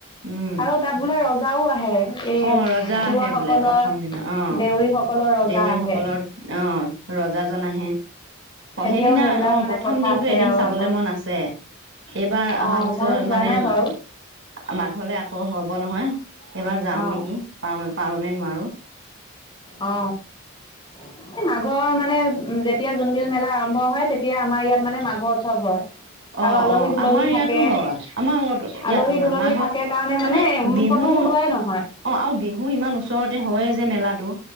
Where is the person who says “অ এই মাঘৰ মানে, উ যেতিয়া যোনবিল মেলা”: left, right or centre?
Left